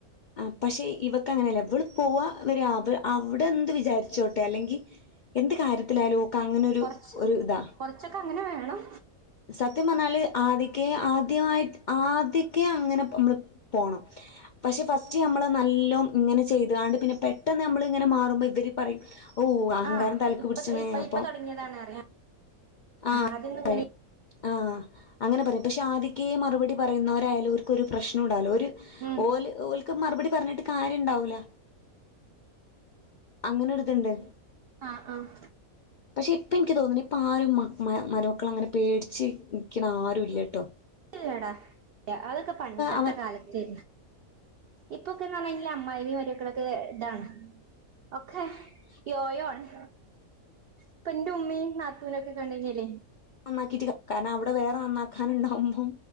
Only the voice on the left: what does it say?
ആഹ് പക്ഷെ ഇവക്കങ്ങനെയല്ല ഇവള് പോവാ വരാ അവ അവിടെന്ത് വിചാരിച്ചോട്ടെ അല്ലെങ്കി എന്ത് കാര്യത്തിലായാലും ഓക്കങ്ങനെരു
ഒരു ഇതാ
സത്യം പറഞ്ഞാല് ആദ്യക്കെ ആദ്യമായി ആദ്യക്കെ അങ്ങനെ നമ്മള് പോണം പക്ഷെ ഫസ് റ്റ് നമ്മള് നല്ലോം ഇങ്ങനെ ചെയ്താണ്ട് പിന്നെ പെട്ടന്നമ്മൾ ഇങ്ങനെ മാറുമ്പോ ഇവര് പറയും ഓ അഹങ്കാരം
തലക്ക്
പിടിച്ചണ്
അപ്പം
ആഹ്
പറയും ആഹ് അങ്ങനെ പറയും പക്ഷെ ആദ്യക്കേ മറുപടി പറയുന്നോരായാലും ഓര്ക്കൊരു പ്രശ്നുംണ്ടാവൂല ഓര്
ഓല് ഓൽ ക്ക് മറുപടി പറഞ്ഞിട്ട് കാര്യണ്ടാവൂല അങ്ങനൊര്തിണ്ട്
പക്ഷെ ഇപ്പന്ക്ക് തോന്ണ് ഇപ്പാരുംമ മ മരുമക്കളങ്ങനെ പേടിച്ച് ഇരിക്ക്ണാരും ഇല്യട്ടോ
അവൻ
നന്നാക്കിട്ട് കാരണം അവിടെ വേറെ നന്നാക്കാനുണ്ടാവുമ്പോ